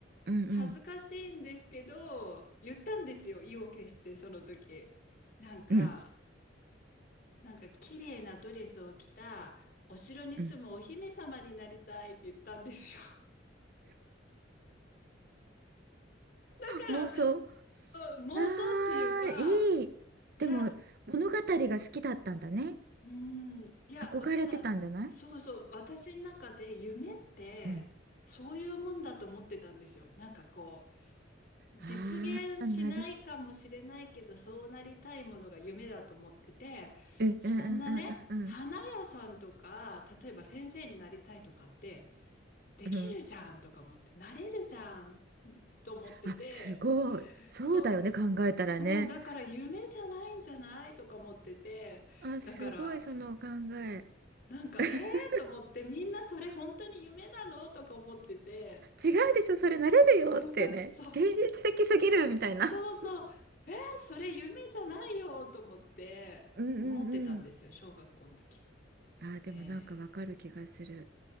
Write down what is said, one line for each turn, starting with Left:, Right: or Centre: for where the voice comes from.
Right: うんうん
Left: 恥ずかしいんですけど、言ったんですよ、意を決して、その時。なんか、
Right: うん。
Left: なんか綺麗なドレスを着た、お城に住むお姫様になりたいって言ったんですよ。
Right: うん
Left: から、
Right: 妄想。
Left: うん妄想っていうか、
Right: ああ、いい。
Left: いや、
Right: でも、物語が好きだったんだね。
Left: うん、いや、
Right: 憧れてたんじゃない
Left: 私、そうそう、私の中で夢って、
Right: うん。
Left: そういうもんだと思ってたんですよ。なんかこう、実現しないかもしれないけど、
Right: ああ、なる。
Left: そうなりたいものが夢だと思ってて、
Right: うんうんうんうんうん
Left: そんなね、花屋さんとか、例えば先生になりたいとかって、できるじゃんとか思って、
Right: うん。うん。
Left: なれるじゃんと思ってて、
Right: あ、すごい。そうだよね、
Left: そん
Right: 考えたらね。
Left: うん、だから夢じゃないんじゃないとか思ってて、
Right: あ、
Left: だから、
Right: すごい、その考え。
Left: なんか、
Right: <laughs>
Left: ええー、と思って、みんなそれ本当に夢なのとか思ってて、
Right: 違うでしょ、それなれるよってね。
Left: <laughs> そう、
Right: 現実的すぎるみたいな。
Left: そうそう、えー、それ夢じゃないよと思って、
Right: うんうんうん。
Left: 思ってたんですよ、小学校の時。
Right: あー、でもなんかわかる気がする。
Left: ね